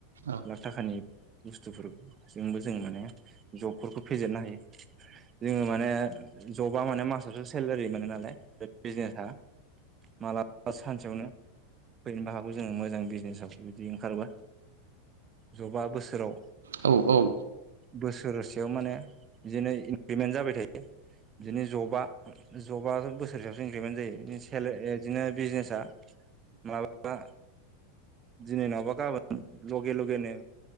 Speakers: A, on the right; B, on the right.
A: औ
B: लाख थाखानि बुस्थुफोरजोंबो जों माने जबफोरखौ फेजेननो हायो। जोङो माने जबआ माने मासावसो सेलारि मोनो नालाय बिजनेसा माला बा सानसेयावनो फैनोबो हागौ जोङो मोजां बिजनेसाव बिदि ओंखारोबा जबा बोसोराव
A: औ औ उम
B: बोसोरसेयाव माने बिदिनो इपफेमेन्ट जाबाय थायो बिदिनो जबआ जबाथ' बोसोर हिसाबसो इनक्रिमेन्ट जायो बिदिनो बिजनेसा माबेबा दिनै नावबा गाबोन लगे लगेनो